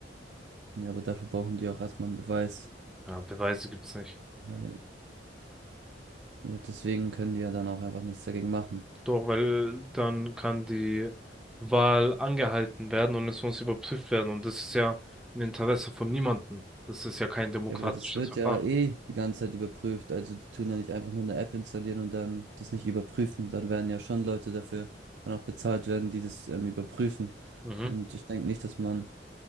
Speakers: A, on the right; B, in the centre.
A: Ja, aber dafür brauchen die auch erstmal einen Beweis.
B: Ja, Beweise gibt's nicht.
A: Weil, ja, deswegen können die ja dann auch einfach nichts dagegen machen.
B: Doch, weil dann kann die Wahl angehalten werden und es muss überprüft werden. Und das ist ja im Interesse von niemandem. Das ist ja kein demokratisches
A: Ja, aber das wird
B: Verfahren.
A: ja eh die ganze Zeit überprüft. Also die tun ja nicht einfach nur eine App installieren und dann das nicht überprüfen. Dann werden ja schon Leute dafür dann auch bezahlt werden, die das ähm, überprüfen.
B: Mhm,
A: Und ich denke nicht, dass man